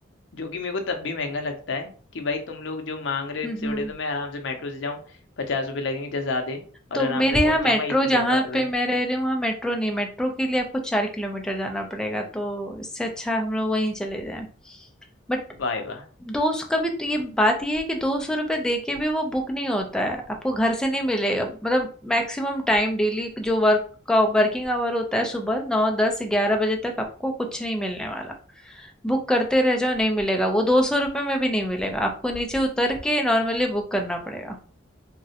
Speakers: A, on the left (about 70°); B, in the centre.
A: जो कि मेरे को तब भी महंगा लगता है कि भाई तुम लोग जो मांग रहे
B: हम्म
A: हो इससे
B: हम्म
A: बड़े तो मैं आराम से मेट्रो से जाऊं पचास रुपये लगेंगे जैसे आधे और
B: तो
A: आराम
B: मेरे
A: से पहुंच
B: यहाँ मेट्रो
A: जाऊंगा इसी
B: जहाँ
A: के औकात हुए
B: पे मैं रह रही हूँ वहाँ मेट्रो नहीं मेट्रो के लिए आपको चार किलोमीटर जाना पड़ेगा तो इससे अच्छा हम लोग वहीं चले जाएं बट
A: वाह वाह
B: दो सौ का भी तो ये बात ये है कि दो सौ रुपये दे के भी वो बुक नहीं होता है आपको घर से नहीं मिलेगा मतलब मैक्सिमम टाइम डेली जो वर्क का वर्किंग आवर होता है सुबह नौ दस ग्यारह बजे तक आपको कुछ नहीं मिलने वाला बुक करते रह जाओ नहीं मिलेगा वो दो सौ रुपये में भी नहीं मिलेगा आपको नीचे उतर के नॉर्मली बुक करना पड़ेगा